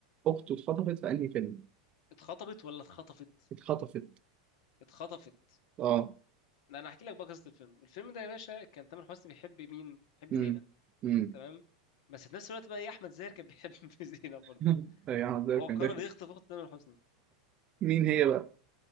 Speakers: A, on the right (about 30°); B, on the left (about 65°).
A: اخته اتخطفت في انهي فيلم؟
B: اتخطبت ولا اتخطفت
A: اتخطفت
B: اتخطفت
A: اه
B: لا انا هحكي لك بقى قصه الفيلم الفيلم ده يا باشا كان تامر حسني بيحب مين بيحب
A: امم
B: زينه
A: امم
B: تمام بس في نفس الوقت بقى ايه احمد زاهر كان بيحب <laughs> زينه برضه
A: <laughs> ايوه احمد زاهر
B: وهو
A: كان
B: قرر
A: داخل
B: يخطف اخت تامر حسني
A: مين هي بقى؟